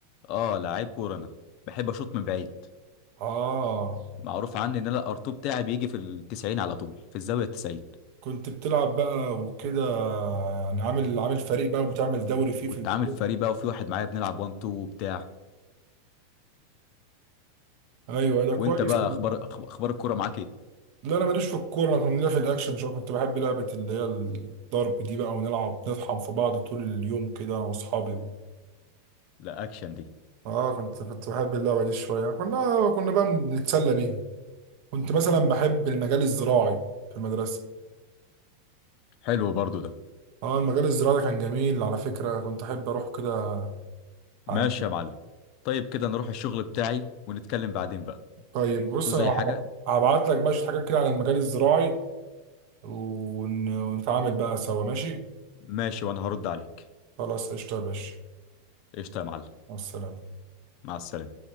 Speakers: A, on the left; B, on the right.
A: اه لعيب كوره انا بحب اشوط من بعيد
B: اه
A: معروف عني ان انا الارتو بتاعي بيجي في التسعين على طول في الزاويه التسعين
B: كنت بتلعب بقى وكده يعني عامل عامل فريق بقى وبتعمل دوري فيه
A: كنت
B: في الكورة.
A: عامل فريق بقى وفي واحد معايا بنلعب 1 2 وبتاع
B: ايوه ده كويس
A: وانت بقى اخبار أخ- اخبار الكوره معاك ايه
B: لا انا ماليش في الكوره انا كنت ليا في الاكشن شويه كنت بحب لعبه اللي هي الضرب دي بقى ونلعب نطحن في بعض طول اليوم كده انا واصحابي
A: لا اكشن دي
B: اه كنت كنت بحب اللعبه دي شويه كنا كنا بقى بنتسلى بيها كنت مثلا بحب المجال الزراعي في المدرسه
A: حلو برضو ده
B: اه المجال الزراعي ده كان جميل على فكره كنت احب اروح كده
A: ماشي
B: عند
A: يا معلم طيب كده نروح الشغل بتاعي ونتكلم بعدين بقى
B: طيب بص
A: تو زي
B: انا
A: حاجة
B: هبعت لك بقى شويه حاجات كده عن المجال الزراعي ون- ونتعامل بقى سوا ماشي
A: ماشي وانا هرد عليك
B: خلاص قشطه يا باشا
A: قشطة يا معلم
B: مع السلامه
A: مع السلامة